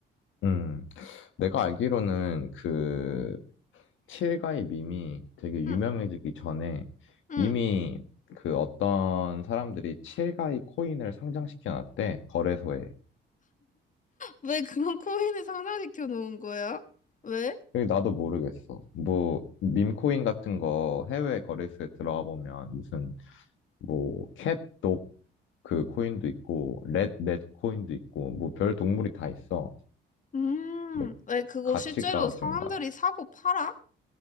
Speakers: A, on the left (about 80°); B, on the left (about 40°).
A: 음, 내가 알기로는 그 칠가이 밈이 되게 유명해지기
B: 응
A: 전에
B: 응.
A: 이미 그 어떤 사람들이 칠가이 코인을 상장시켜 놨대, 거래소에.
B: 왜 그런 코인을 상장시켜 놓은 거야? 왜?
A: 이 나도 모르겠어. 뭐, 밈코인 같은 거 해외 거래소에 들어가 보면 무슨, 뭐, 캣독 그 코인도 있고, 렛, 넷 코인도 있고, 뭐, 별 동물이 다 있어.
B: 음,
A: 근데
B: 왜 그거
A: 가치가
B: 실제로 사람들이
A: 좀 낮.
B: 사고 팔아?